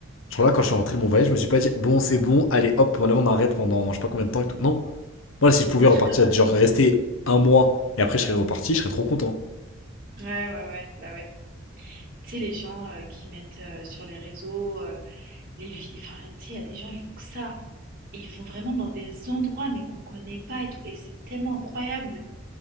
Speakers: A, on the left; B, on the right.
A: Genre là, quand je suis rentré de mon voyage, je me suis pas dit, bon, c'est bon, allez, hop, maintenant on arrête pendant je sais pas combien de temps et tout. Non. Moi, si
B: Au
A: je pouvais
B: contraire,
A: repartir, genre rester un mois et après je serais reparti, je serais trop content.
B: ouais. Ouais, ouais, ouais, bah, ouais. Tu sais, les gens, heu, qui mettent, heu, sur les réseaux, heu, les vi enfin, tu sais, il y a des gens, ils font que ça et ils vont vraiment dans des endroits, mais qu'on connaît pas et tout et c'est tellement incroyable.